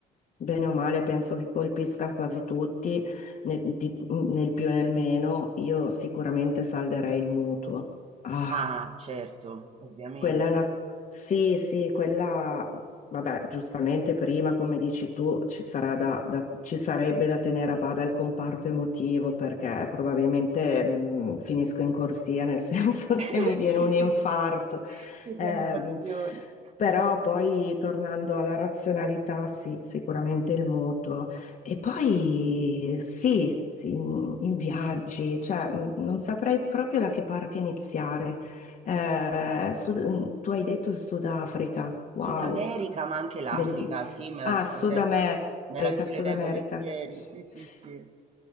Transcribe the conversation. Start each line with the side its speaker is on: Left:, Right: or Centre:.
Left: bene o male penso che colpisca quasi tutti, nel, di- nel più e nel meno, io sicuramente salderei il mutuo. Ah.
Right: Ah, certo, ovviamente.
Left: Quella è una... Sì, sì, quella... Vabbè, giustamente prima, come dici tu, ci sarà da, da- ci sarebbe da tenere a bada il comparto emotivo perché probabilmente mm, finisco in corsia, nel senso <laughs> che
Right: <laughs>
Left: mi viene
Right: Sì,
Left: un infarto.
Right: Sì,
Left: Ehm,
Right: di animazione.
Left: però poi, tornando alla razionalità, sì, sicuramente il mutuo. E poi sì, sì, i viaggi, cioè mm, non saprei proprio da che parte iniziare. Eh, Sud- tu hai detto il Sudafrica, wow,
Right: Sud America, ma anche l'Africa,
Left: belli.
Right: sì, me la
Left: Ah,
Right: girerei,
Left: Sud America,
Right: me la girerei
Left: Sud America.
Right: volentieri, sì, sì,
Left: S-
Right: sì.